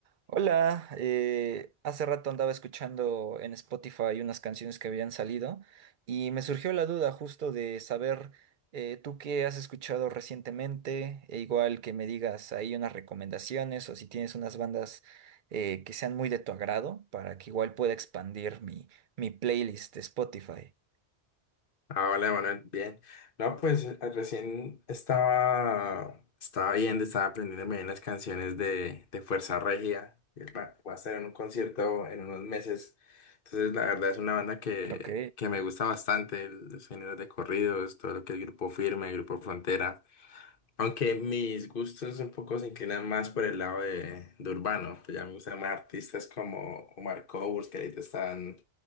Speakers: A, on the right; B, on the left.
A: Hola, eh, hace rato andaba escuchando en Spotify unas canciones que habían salido y me surgió la duda justo de saber eh, tú qué has escuchado recientemente, e igual que me digas ahí unas recomendaciones o si tienes unas bandas eh, que sean muy de tu agrado para que igual pueda expandir mi, mi playlist de Spotify.
B: Ah, hola, Manuel. Bien. No, pues eh, recién estaba, estaba viendo, estaba aprendiéndome bien las canciones de, de Fuerza Regida. que Va va a estar en un concierto en unos meses. Entonces, la verdad es una banda que,
A: Ok.
B: que me gusta bastante, el- los géneros de corridos, todo lo que es Grupo Firme, Grupo Frontera. Aunque mis gustos un poco se inclinan más por el lado de, de urbano, pues ya me gustan más artistas como Omar Courtz, que ahorita están